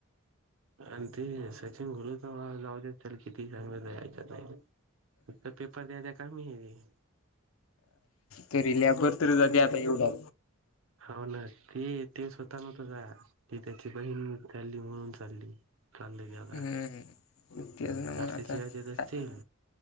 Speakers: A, on the right; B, on the left.
A: आणि ते सचिन घोल तर जाऊच्यात ल किती सांग ऐक फत पेपर द्यायचा कामी आहे र
B: करल्या बरतरी जा आता एवढा
A: हो ना ते ते स्वतः नव्हत का ती त्याची बहीण झाली म्हणून चाली कालेला
B: हम्म. तेच ना
A: चसे
B: मग आता
A: शिवाय तेेत असतील
B: का-